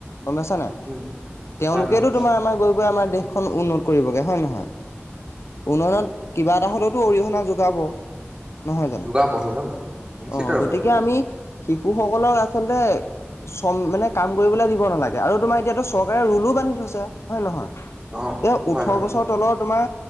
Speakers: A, on the left; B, on the right.
A: গম পাইছাানে
B: উম
A: তেওঁলোকেতেতো
B: হয় হয়
A: তোমাৰ আমাৰ গৈ গৈ আমাৰ দেশখন উন্নত কৰিবগে হয় নে নহয় উন্নয়নত
B: হয়
A: কিবা এটা হলেওতো অৰিহণা যোগাব নহয় জানো
B: যোগাব যোগাব নিশ্চিত
A: অ
B: ৰূপে
A: গতিকে আমি শিশুসকলক আচলতে চ মানে কাম কৰিবলৈ দিব নালাগে আৰু তোমাৰ এতিয়াতো চৰকাৰে োলো বান্ধি থৈছে হয়ে নহয়
B: অ
A: এ
B: হয়
A: ওঠৰ
B: হয়
A: বছৰ তলৰ তোমাৰ